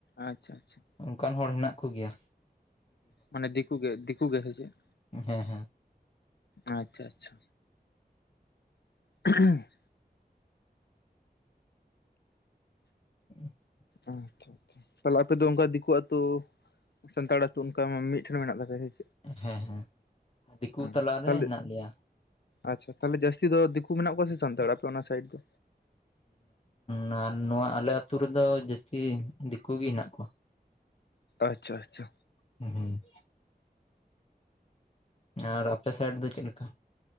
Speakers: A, on the left (about 80°); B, on the left (about 40°).
A: ᱟᱪᱪᱷᱟ ᱟᱪᱪᱷᱟ
B: ᱚᱱᱠᱟᱱ ᱦᱚᱲ ᱦᱮᱱᱟᱜ ᱠᱩ ᱜᱮᱭᱟ
A: ᱢᱟᱱᱮ ᱫᱤᱠᱩ ᱜᱮ ᱫᱤᱠᱩ ᱜᱮ ᱥᱮ ᱪᱮᱫ?,
B: ᱦᱮᱸ ᱦᱮᱸ
A: ᱟᱪᱪᱷᱟ ᱟᱪᱪᱷᱟ <unintelligible>
B: <unintelligible>
A: ᱟᱪᱪᱷᱟ ᱟᱪᱪᱷᱟ <unintelligible> ᱛᱟᱦᱚᱞᱮ ᱟᱯᱮ ᱫᱚ ᱚᱱᱠᱟ ᱫᱤᱠᱩ ᱟᱛᱩ ᱥᱟᱱᱛᱟᱲ ᱟᱛᱩ ᱚᱱᱠᱟ ᱢᱤᱫ ᱴᱷᱮᱱ ᱢᱮᱱᱟᱜ ᱛᱟᱯᱮᱭᱟ ᱥᱮ? <unintelligible>
B: ᱦᱮᱸ ᱦᱮᱸ ᱫᱤᱠᱩ
A: ᱟᱪᱪᱷᱟ
B: ᱛᱟᱞᱟ ᱨᱮ
A: ᱛᱟᱦᱚᱞᱮ
B: ᱦᱮᱱᱟᱜ ᱞᱮᱭᱟ
A: ᱟᱪᱪᱷᱟ ᱛᱟᱦᱚᱞᱮ ᱡᱟᱥᱛᱤ ᱫᱚ ᱫᱤᱠᱩ ᱢᱮᱱᱟᱜ ᱠᱚᱣᱟ ᱥᱮ ᱥᱟᱱᱛᱟᱲ ᱟᱯᱮ ᱚᱱᱟ ᱥᱟᱭᱮᱰ ᱫᱚ?
B: ᱱᱚᱣ ᱱᱚᱣᱟ ᱟᱞᱮ ᱟᱛᱩ ᱨᱮ ᱫᱚ ᱡᱟᱹᱥᱛᱤ ᱫᱤᱠᱩ ᱜᱮ ᱦᱮᱱᱟᱜ ᱠᱩᱣᱟ᱾
A: ᱟᱪᱪᱷᱟ ᱟᱪᱪᱷᱟ᱾
B: ᱦᱩᱸᱻᱩᱸ ᱟᱨ ᱟᱯᱮ ᱥᱟᱭᱮᱰ ᱫᱚ ᱪᱮᱫ ᱞᱮᱠᱟ᱾